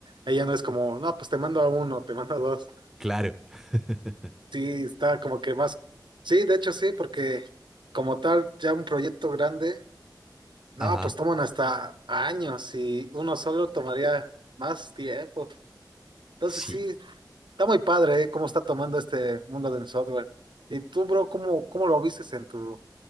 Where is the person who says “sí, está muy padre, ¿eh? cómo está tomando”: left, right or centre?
Right